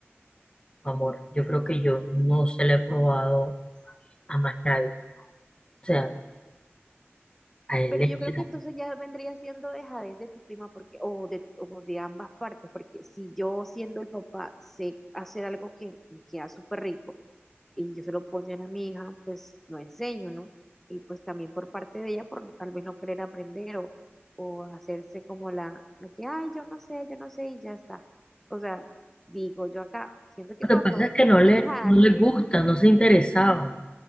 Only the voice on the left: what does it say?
amor. Yo creo que yo no se la he probado a más nadie. O sea, a él
le
queda.
Lo
que pasa es que no
le,
no
le gusta, no se interesaba.